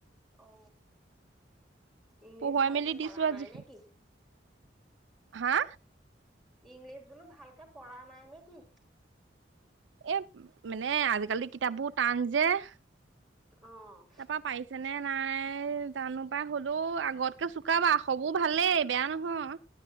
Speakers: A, in the centre; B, on the right.
A: অ ইংলিছ
B: পঢ়ুৱাই
A: ভালকে
B: মেলি দিছো
A: পঢ়া
B: আজি
A: নাই নে কি?
B: হা?
A: ইংলিছ বোলো ভালকে পঢ়া নাই নেকি?
B: এ মানে আজিকালি কিতাপবোৰ টান যে-
A: অ'।
B: তাপা পাৰিছে নে- নাই জানো পাই হলেও আগতকে চুকাবা সবো ভালেই বেয়া নহয়।